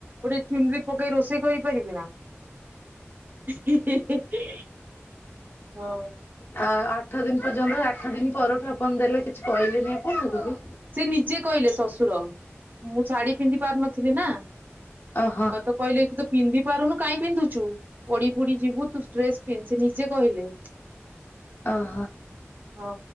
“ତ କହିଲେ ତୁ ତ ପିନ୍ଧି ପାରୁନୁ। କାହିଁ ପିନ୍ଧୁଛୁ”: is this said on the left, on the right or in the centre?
Right